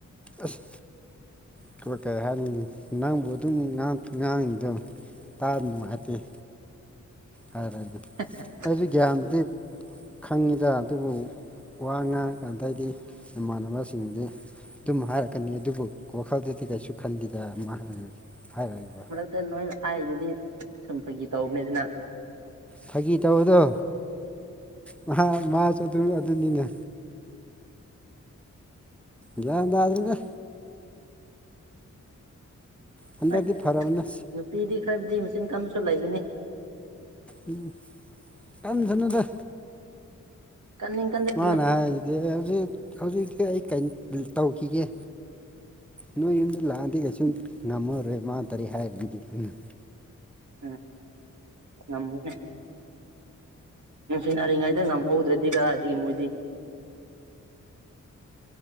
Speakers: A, in the centre; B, on the right.
A: ꯑꯁ ꯑꯗꯨꯒ ꯀꯩ ꯍꯥꯏꯅꯤ ꯅꯪꯕꯨ ꯑꯗꯨꯝ ꯉꯥꯡ ꯉꯥꯡꯉꯤꯗꯣ ꯇꯥꯔ ꯅꯨꯡ ꯍꯥꯇꯦ ꯍꯥꯏꯔꯦ ꯑꯗꯨ
B: <unintelligible>
A: ꯑꯩꯁꯨ ꯒ꯭ꯌꯥꯟꯗꯤ ꯈꯪꯉꯤꯗ ꯑꯗꯨꯕꯨ ꯋꯥ ꯉꯥꯡ ꯉꯀꯥꯟꯗ ꯑꯩꯗꯤ ꯏꯃꯥꯟꯅꯕꯁꯤꯡꯗꯤ ꯑꯗꯨꯝ ꯍꯥꯏꯔꯛꯀꯅꯤ ꯑꯗꯨꯕꯨ ꯋꯥꯈꯜꯗꯨꯗꯤ ꯀꯩꯁꯨ ꯈꯟꯗꯦꯗ ꯃꯥꯅ ꯍꯥꯏꯔꯛꯑꯕ
B: ꯇꯟ ꯅꯣꯏ ꯍꯥꯏꯔꯤꯗꯨꯗꯤ ꯁꯨꯝ ꯐꯩꯒꯤ ꯇꯧꯕꯅꯤ ꯑꯗꯨꯅ
A: ꯐꯥꯒꯤ ꯇꯧꯕꯗꯣ ꯉꯍ ꯃꯥꯖꯨ ꯑꯗꯨꯝ ꯑꯗꯨꯅꯤꯅꯦ ꯒ꯭ꯌꯥꯟ ꯇꯥꯗ꯭ꯔꯦꯗ ꯍꯟꯗꯛꯇꯤ
B: ꯑꯩ
A: ꯐꯔꯕꯅꯦ
B: ꯅꯨꯄꯤꯗꯤ ꯈꯔꯕꯨꯗꯤ ꯃꯆꯤꯟ ꯀꯟꯕꯁꯨ ꯂꯩꯒꯅꯤ
A: ꯎꯝ ꯀꯟꯁꯅꯨꯗ
B: ꯀꯟꯅꯤꯡ ꯀꯟꯖꯁꯅꯨ
A: ꯃꯥꯅ ꯍꯥꯏꯔꯤꯖꯤꯗꯤ ꯑꯦ ꯍꯧꯖꯤꯛ ꯍꯧꯖꯤꯛꯀꯤ ꯑꯩ ꯀꯩ ꯇꯧꯈꯤꯒꯦ ꯅꯣꯏ ꯌꯨꯝꯗ ꯂꯥꯛꯑꯗꯤ ꯀꯩꯁꯨꯝ ꯉꯝꯃꯔꯣꯏ ꯃꯥ ꯇꯔꯦ ꯍꯥꯏ <unintelligible>
B: ꯑꯦ ꯉꯝꯃꯅꯦ ꯅꯨꯡꯁꯤꯅꯔꯤꯉꯩꯗ ꯉꯝꯍꯧꯗ꯭ꯔꯗꯤ ꯀꯔꯥꯏꯗꯒꯤ ꯃꯣꯏꯗꯤ